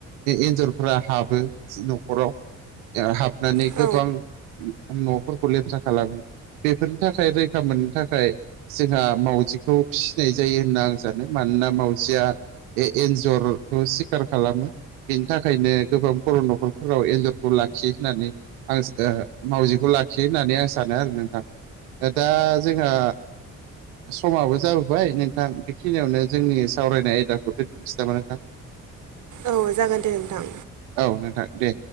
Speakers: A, on the right; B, on the right.
A: एन्जरफ्रा हाबो न'खराव हाबनानै
B: औ
A: गोबां न'फोरखौ लेथ्रा खालामो बेफोरनि थाखाय रैखा मोननो थाखाय जोंहा मावजिखौ फिसिनाय जायो। होनना आं सानो मानोना मावजिया बे एनजरखौ सिखार खालामो। बेनि थाखायनो गोबां बर' न'खरफोराव एन्जरखौ लाखियो होननानै आं मावजिखौ लाखियो होननानै आं सानो आरो नोंथां। दा जोंहा समाबो जाबोबाय नोंथां बेखिनियावनो जोंनि सावरायनाय आयदाखौ दोनथ'सै नामा नोंथां?
B: औ जागोन दे नोंथां।
A: औ नोंथां दे।